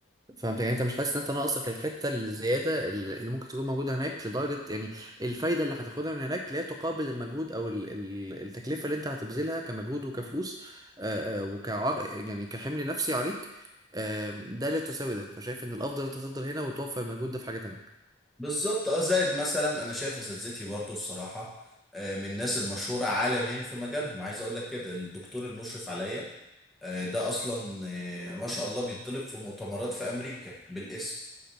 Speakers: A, on the right (about 20°); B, in the centre.
A: فاهمك يعني انت مش حاسس ان انت ناقصك الحته الزياده اللي اللي ممكن تكون موجوده هناك لدرجه يعني الفايده اللي هتاخدها من هناك لا تقابل المجهود او ال- ال- التكلفه اللي انت هتبذلها كمجهود وكفلوس آه، آه، وكعر يعني كحمل نفسي عليك آم، ده لا تساوي ده فشايف ان الافضل انت تفضل هنا وتوفر المجهود ده في حاجه تانية
B: بالظبط اه زائد مثلا انا شايف اساتذتي برضو الصراحه آه، من الناس المشهوره عالميا في مجالهم عايز اقول لك كده الدكتور المشرف عليا آه، ده اصلا آه، ما شاء الله بيطلب في مؤتمرات في امريكا بالاسم